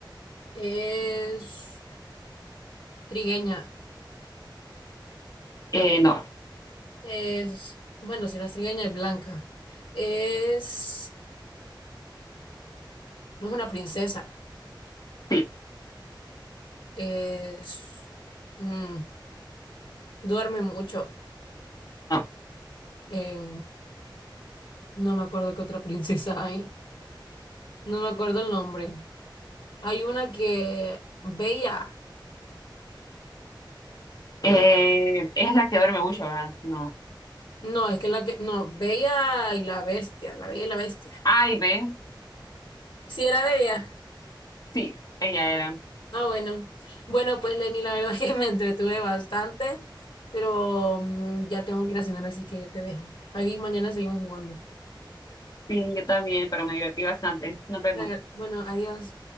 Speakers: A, on the left; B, on the left.
A: Es trigueña.
B: Eh, no,
A: Es, bueno, si no es trigueña es blanca. Es, no es una princesa.
B: sí.
A: Es, mm, duerme mucho.
B: no.
A: Eh, no me acuerdo qué otra princesa hay. No me acuerdo el nombre. Hay una que, Bella.
B: Eh, es la que duerme mucho, ¿verdad? No.
A: No, es que la que, no, Bella y la Bestia. La Bella y la Bestia.
B: A y B.
A: Sí, era Bella.
B: Sí, ella era.
A: Ah, bueno. Bueno, pues Lenny, la verdad <laughs> es que me entretuve bastante, pero mm, ya tengo que ir a cenar, así que te dejo. Aquí mañana seguimos jugando.
B: sí yo también, pero me divertí bastante. Nos vemos.
A: Claro, Bueno, adiós.